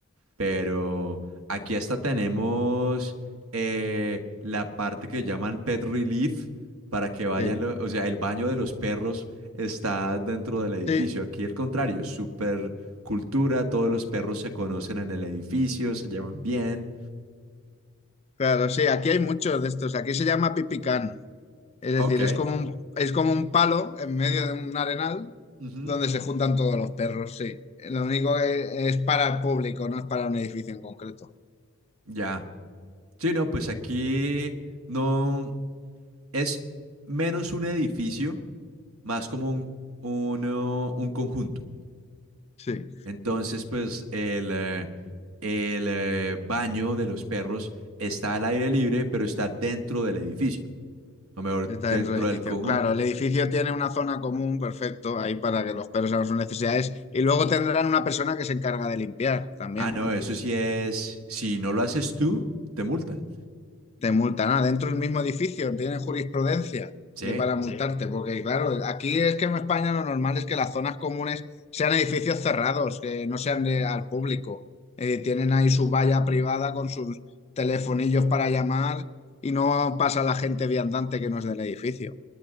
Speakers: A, on the right; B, on the left.
A: Pero aquí hasta tenemos eh, la parte que llaman Pet Relief para que vayan,
B: Sí,
A: lo- o sea, el baño de los perros está dentro del edificio.
B: sí,
A: Aquí el contrario, es súper cultura, todos los perros se conocen en el edificio, se llevan bien.
B: claro, sí, aquí hay muchos de estos, aquí se llama pipicán, es decir,
A: Ok.
B: es como un, es como un palo en medio de un arenal
A: Ujú.
B: donde se juntan todos los perros, sí. Lo único que es para el público, no es para un edificio en concreto.
A: Ya. Sí, no, pues aquí no es menos un edificio, más como un, uno- un conjunto.
B: Sí,
A: Entonces, pues el, eh, el eh, baño de los perros está al aire libre, pero está dentro del edificio, o mejor,
B: está
A: dentro
B: dentro del edificio.
A: del conjunto.
B: Claro, el edificio tiene una zona común, perfecto, ahí para que los perros hagan sus necesidades. Y luego tendrán una persona que se encarga de limpiar también,
A: Ah, no,
B: ¿no?
A: eso sí es, si no lo haces tú, te multan.
B: te multan. Ah, dentro del mismo edificio, tienen jurisprudencia
A: Sí,
B: de, para Sí, multarte, porque claro, aquí es que en España lo normal es que las zonas comunes sean edificios cerrados, que no sean de- al público. Eh, tienen ahí su valla privada con sus telefonillos para llamar y no pasa la gente viandante que no es del edificio.